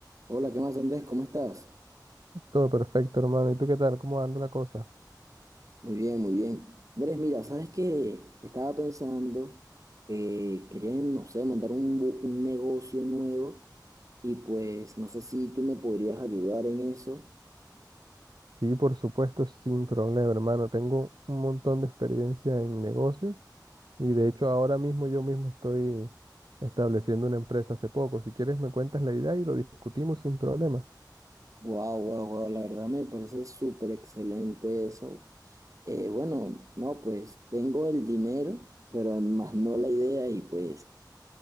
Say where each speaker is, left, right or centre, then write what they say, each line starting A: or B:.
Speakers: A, on the right; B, on the right.
A: Hola, ¿qué más, Andrés? ¿Cómo estás?
B: Todo perfecto, hermano. ¿Y tú qué tal? ¿Cómo anda la cosa?
A: Muy bien, muy bien. Andrés, mira, ¿sabes qué? Estaba pensando que quería, no sé, montar un, bu- un negocio nuevo y pues no sé si tú me podrías ayudar en eso.
B: Sí, por supuesto, sin problema, hermano. Tengo un montón de experiencia en negocios y de hecho ahora mismo yo mismo estoy estableciendo una empresa hace poco. Si quieres, me cuentas la idea y lo discutimos sin problema.
A: Wow, wow, wow, la verdad me parece súper excelente eso. Eh, bueno, no, pues tengo el dinero, pero más no la idea y pues